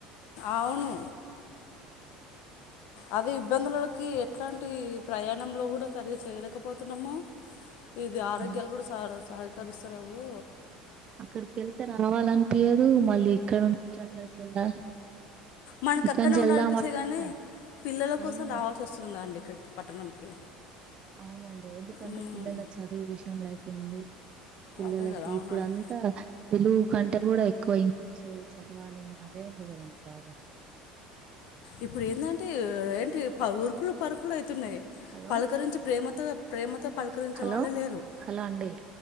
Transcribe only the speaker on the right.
ఆ
అక్కడికి వెళ్తే రావాలనిపయదు మళ్ళీ ఇక్కడ నుంచి అక్కడికి వెళ్ళాలి
ఇక్కడ
నుంచి
వెళ్దామంటే
టైం
టైం
అవునండి ఎందుకంటే
పిల్లల చదువు విషయంలో అయితేంది పిల్లలకి
ఇప్పుడు అంతా తెలుగు కంటే కూడా ఎక్కువ ఇంగ్లీష్ చదవాలి అండి అదే కదండి బాగా
హలో
హలో
హలో అండి